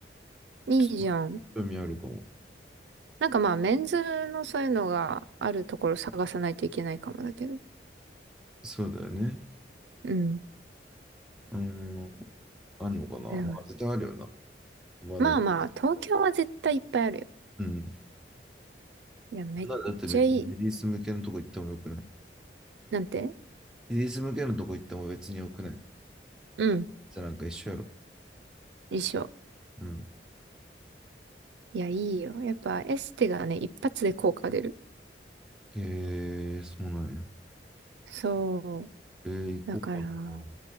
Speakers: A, on the right; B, in the centre.
A: いいじゃん。
B: すごい興味あるかも。
A: なんかまあ、メンズのそういうのがあるところ探さないといけないかもだけど。
B: そうだよね。
A: うん。
B: うん。あんのかな。
A: でも
B: まあ、絶対あるよな。まあ、
A: まあまあ、
B: の、
A: 東京は絶対いっぱいあるよ。
B: うん。
A: いや、めっちゃいい。
B: なんだって別にレディース向けのとこ行ってもよくない。
A: なんて
B: レディース向けのとこ行っても別によくない。
A: うん。
B: じゃあ、なんか一緒やろ。
A: 一緒。
B: うん。
A: いや、いいよ。やっぱエステがね、一発で効果出る。
B: へえー、そうなんや。
A: そ
B: えー、
A: う。
B: 行こうかな。
A: だから、
B: 本